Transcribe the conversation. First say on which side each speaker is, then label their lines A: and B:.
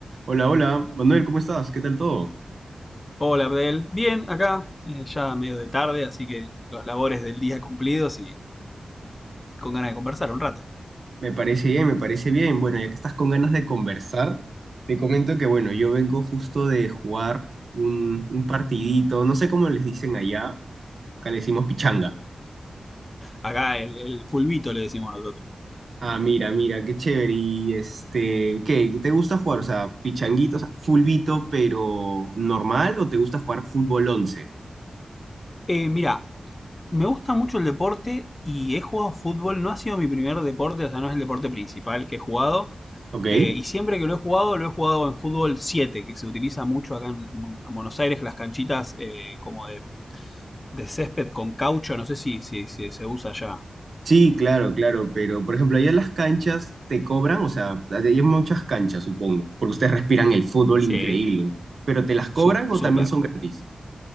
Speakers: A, on the right; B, on the left.
A: Hola, hola, Manuel, ¿cómo estás? ¿Qué tal todo?
B: Hola Abdel, bien acá, eh, ya medio de tarde, así que los labores del día cumplidos y con ganas de conversar un rato.
A: Me parece bien, me parece bien. Bueno, ya que estás con ganas de conversar, te comento que, bueno, yo vengo justo de jugar un, un partidito, no sé cómo les dicen allá, acá le decimos pichanga.
B: Acá el, el fulbito le decimos nosotros.
A: Ah, mira, mira, qué chévere. Y este, ¿qué? ¿Qué ¿Te gusta jugar? O sea, pichanguitos, fulbito, pero normal, o te gusta jugar fútbol once
B: Eh, mira, me gusta mucho el deporte y he jugado fútbol, no ha sido mi primer deporte, o sea, no es el deporte principal que he jugado.
A: ¿Ok?
B: eh, y siempre que lo he jugado, lo he jugado en fútbol 7, que se utiliza mucho acá en, en Buenos Aires, que las canchitas eh, como de, de césped con caucho, no sé si, si, si se usa allá.
A: Sí, claro, claro, pero por ejemplo, allá en las canchas te cobran, o sea, hay muchas canchas, supongo, porque ustedes respiran el fútbol
B: Sí,
A: increíble, pero ¿te las cobran
B: Su-
A: o
B: Súper.
A: también son gratis?